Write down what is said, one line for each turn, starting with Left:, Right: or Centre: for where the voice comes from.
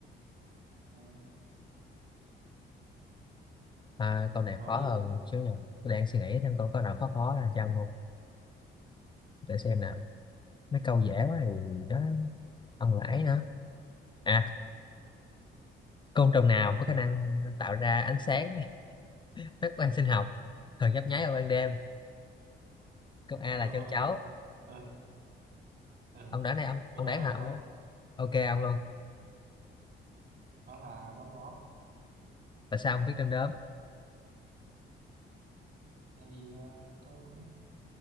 Right: Ok.
Left: À, câu này
Right: đó
Left: khó
Right: đi
Left: hơn xíu nè Tôi đang suy nghĩ thêm câu có nào khó khó là cho ông không Để xem nào Mấy câu dễ quá thì đó Ông lãi nữa À côn trùng nào có khả năng tạo ra ánh sáng <laughs> phát quang sinh học Thường nhấp nháy vào ban đêm Câu A là
Right: tôi
Left: châu
Right: tôi
Left: chấu
Right: tôi ừ,
Left: Ông đoán này ông
Right: tôi
Left: ông
Right: nói
Left: đoán
Right: luôn
Left: hả
Right: được
Left: ông
Right: không
Left: đoán Ok ông luôn
Right: nó là đom đóm
Left: Tại sao ông biết đom đóm
Right: tại vì ờ, tôi cũng